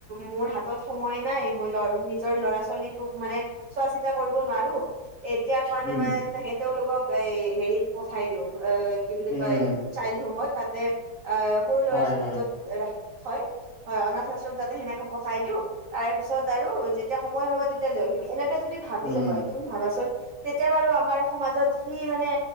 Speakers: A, on the right (about 65°); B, on the left (about 65°).
A: মোৰ হাতত সময় নাই মই ল নি। নিজৰ ল'ৰা ছোৱালীটোক মানে চোৱা চিতা কৰিব নোৱাৰো এতিয়া কাৰণে
B: উম
A: মানে। তাকে তেওঁলোকক এই হেৰিত পঠাই দিওঁ অ কি বুলি
B: উম
A: কয়
B: উম
A: চাইল্ড হোমত তাতে। আহ সৰু ল'ৰা
B: হয়
A: ছোৱালী
B: হয়
A: যত ৰাখি থয় হয় অনাথ আশ্ৰম তাতে সেনেকে। পঠাই দিও তাৰ পিছত আৰু যেতিয়া সময় হব তেতিয়া লৈ আহিম এনেকে যদি। ভাবিলে
B: উম।
A: হয় তুমি ভাবাচোন। তেতিয়া বাৰু আমাৰ সমাজত সি মানে